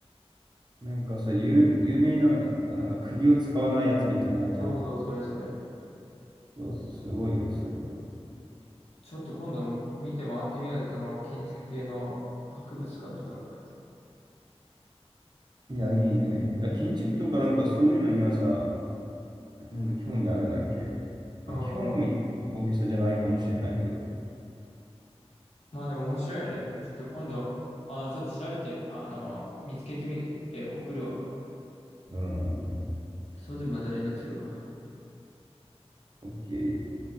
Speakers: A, on the right; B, on the left.
A: なんかさ、有、有名なのが、なんか釘を使わないやつみたいなのあんじゃん。
B: そうそう、それそれ。
A: そうそう、すごいよね、それは。
B: ちょっと今度見て回ってみようで、その建築系の博物館とか。
A: いや、いいね。いや、建築とかなんかそういうのにはさ、なんか興味あるんだっけ
B: うんうん。
A: あ、興味大げさじゃないかもしれないけど。
B: まあでも面白いよね。ちょっと今度、あの、ちょっと調べて、あの、見つけてみて送るわ。
A: うんうんう
B: その時また連絡するわ。
A: ん。OK。